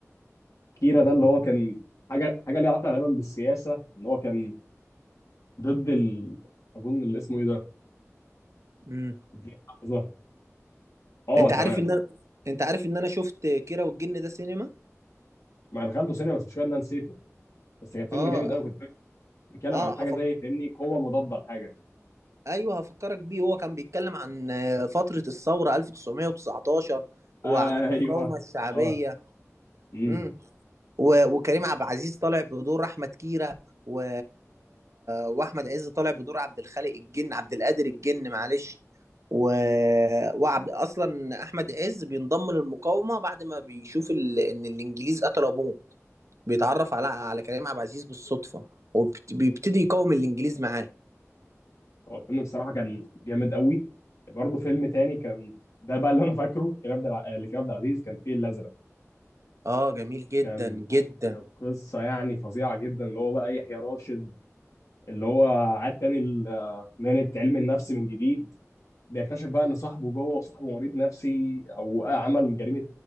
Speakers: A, on the left (about 75°); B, on the right (about 65°).
A: كيرا ده اللي هو كان حاجه حاجه ليها علاقه غالبا بالسياسه ان هو كان ضد ال... اظن اللي اسمه ايه ده
B: امم
A: دي لحظه اه
B: انت
A: تمام
B: عارف ان انا انت عارف ان انا شفت كيرة والجن ده سينما
A: ما دخلته سينما بس مش كده انا نسيته بس كان فيلم
B: اه
A: جامد قوي كنت بيتكلم
B: اه
A: عن حاجه
B: هفك...
A: زي فاهمني قوه مضاده لحاجه
B: ايوه هفكرك بيه هو كان بيتكلم عن آه، فترة الثورة 1919 وعن
A: ايوه
B: المقاومة الشعبية
A: اه امم
B: امم و- وكريم عبد العزيز طالع بدور احمد كيرة و... واحمد عز طالع بدور عبد الخالق الجن عبد القادر الجن معلش و... وعبد اصلا احمد عز بينضم للمقاومه بعد ما بيشوف ال... ان الانجليز قتلوا ابوه بيتعرف على على كريم عبد العزيز بالصدفه وبيبتدي يقاوم الانجليز معاه
A: هو الفيلم بصراحه كان جامد قوي برضه فيلم تاني كان ده بقى اللي انا فاكره كريم عبد الع- آه، لكريم عبد العزيز كان فيه الازرق
B: اه جميل جدا
A: كان
B: جدا
A: كانت قصه يعني فظيعه جدا اللي هو بقى يحيى راشد اللي هو عاد تاني ل- مهنه علم النفس من جديد بيكتشف بقى ان صاحبه جوه وصاحبه مريض نفسي او عمل جريمه